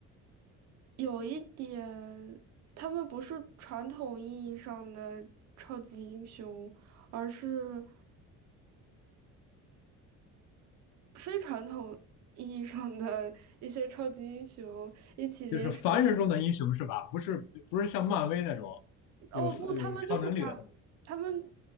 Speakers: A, on the right; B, on the left.
A: 有一点，他们不是传统意义上的超级英雄，而是非传统意义上的一些超级英雄一起联手。
B: 就是凡人中的英雄是吧？不是，不是像漫威那种
A: 哦不，
B: 有有超能力的那种，
A: 他们就是漫，他们